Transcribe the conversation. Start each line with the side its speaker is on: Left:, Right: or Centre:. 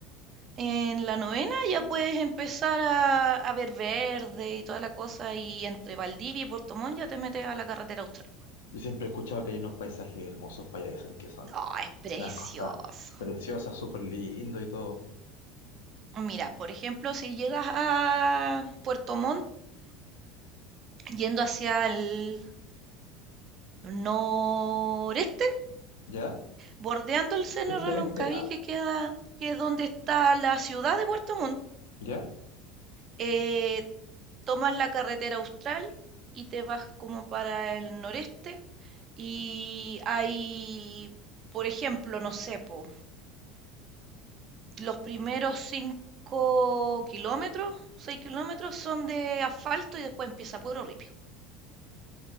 Right: en la novena, ya puedes empezar a, a ver verde y toda la cosa. Y entre Valdivia y Puerto Montt ya te metes a la carretera austral.
Left: Yo siempre he escuchado que hay unos paisajes hermosos para allá, dicen que son
Right: Oh, es precioso.
Left: unas cosas preciosas, súper lindo y todo.
Right: Mira, por ejemplo, si llegas a Puerto Montt yendo hacia el noreste,
Left: ¿Ya?
Right: bordeando el seno
Left: Este
Right: de Reloncaví
Left: oeste, ah,
Right: que queda, que es donde está la ciudad de Puerto Montt,
Left: ¿ya?
Right: eh, tomas la carretera austral y te vas como para el noreste y hay, por ejemplo, no sé, po, los primeros 5 kilómetros, 6 kilómetros son de asfalto y después empieza puro ripio.